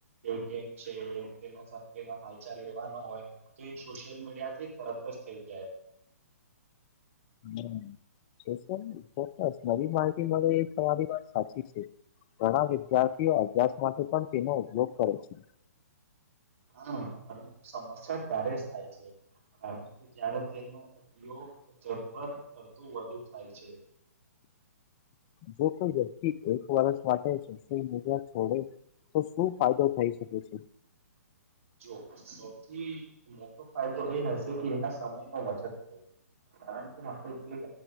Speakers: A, on the right (about 55°); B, on the left (about 30°).
A: એકમ છે તેના સાથેનો હાલચાલ લેવાનો હોય તો એ સોશિયલ મીડિયા થી તરત જ થઈ જાય
B: હ સર ચોક્કસ નવી માહિતી મળે એ તમારી વાત સાચી છે. ઘણા વિદ્યાર્થીઓ અભ્યાસ માટે પણ તેનો ઉપયોગ કરે છે.
A: હા પરંતુ સમસ્યા ત્યારે જ થાય છે. કારણ કે જયારે તેનો ઉપયોગ જરૂરત કરતું વધુ થાય છે.
B: જો કોઈ વ્યક્તિ એક વરષ વા છે મુજા છોડે તો શું ફાયદો થઈ શકે છે.
A: જો સૌથી મોટો ફાયદો એ હશે જોકે એના સમય ન વચન થાય કારણ કે આપડ જોઈ